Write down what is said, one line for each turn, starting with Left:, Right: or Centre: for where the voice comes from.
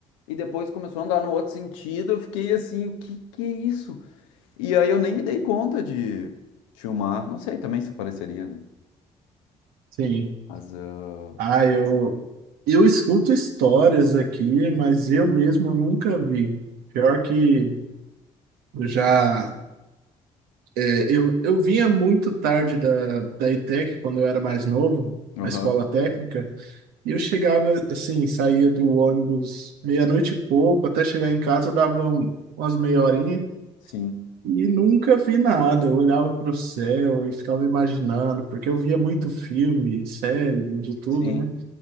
Left: e depois começou a andar no outro sentido, eu fiquei assim, o que que é isso? E aí eu nem me dei conta de filmar. Não sei também se apareceria, né?
Right: Sim.
Left: Mas, ah,
Right: Ah, eu, eu escuto histórias aqui, mas eu mesmo nunca vi. Pior que eu já. é, eu, eu vinha muito tarde da, da ETEC, quando eu era mais novo,
Left: aham,
Right: na escola técnica, e eu chegava, assim, saía do ônibus meia-noite e pouco, até chegar em casa eu dava um- umas meia horinha,
Left: sim,
Right: e nunca vi nada. Eu olhava para o céu e ficava imaginando, porque eu via muito filme, série, de tudo,
Left: sim.
Right: né?